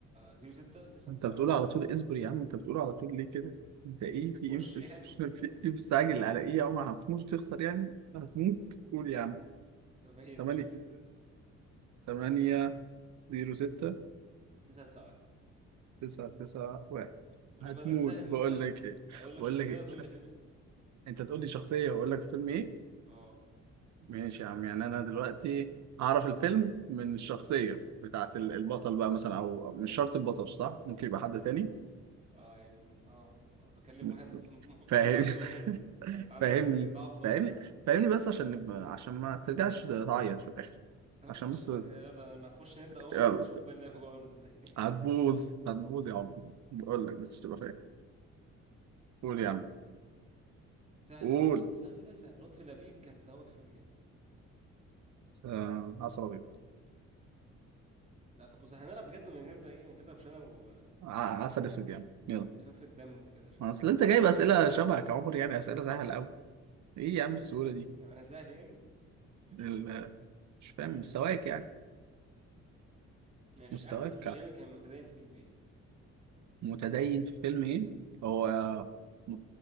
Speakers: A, on the right; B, on the right.
A: 06 991
B: انت بتقول على طول اصبر يا عم انت بتقول على طول ليه كده انت ايه في
A: خش
B: ايه مس-
A: يعني
B: مس- في ايه مستعجل على ايه يا عم هتموت وتخسر يعني هتموت قول يا عم
A: 8
B: 8
A: 0 6
B: 8 0 6
A: 9 9
B: 9 9 1
A: يقول
B: هتموت
A: لك بقى ده السهل الممتنع
B: بقول لك ايه
A: هيقول لك
B: بقول
A: شخصية
B: لك ايه
A: تقول لي فيلم
B: انت تقول لي شخصيه واقول لك فيلم ايه
A: اه
B: ماشي يا عم يعني انا دلوقتي هعرف الفيلم من الشخصية بتاعت ال- البطل بقى مثلا او أو مش شرط البطل صح ممكن يبقى حد تاني
A: اه يعني اه انا بكلم
B: م-
A: واحد <laughs> مختل
B: فاهم
A: عقليا و... انت
B: <laughs>
A: أنت عندك
B: فاهمني
A: ضعف آه.
B: فاهمني فاهمني بس عشان نبقى عشان ما ترجعش تعيط في الاخر
A: طب
B: عشان
A: ماشي
B: بس
A: خ- يلا انا هخش نبدأ اهو
B: يلا
A: انت هتشوف بقى اللعبة جوه عاملة ازاي
B: هتبوظ هتبوظ يا عم بقول لك بس تبقى فاهم قول يا عم
A: <laughs> سهل
B: قول
A: قوي سهل ده سهل لطفي لبيب كان سوا في فيلم ايه
B: آه، عسل ابيض
A: لا طب بص إحنا هنلعب بجد من غير بقى ايه من غير روشنة و-
B: ع- عسل اسود يا عم يلا
A: وخفة دم وكده عشان
B: ما
A: بس
B: اصل انت
A: <laughs> آه،
B: جايب اسئله شبهك يا عمر يعني اسئله سهله قوي ايه يا عم السهوله
A: يعني انا سهل يعني ماشي
B: دي مش فاهم مستواك يعني
A: ماشي
B: مستواك
A: احمد الفيشاوي كان متدين في فيلم ايه
B: متدين في فيلم ايه هو م-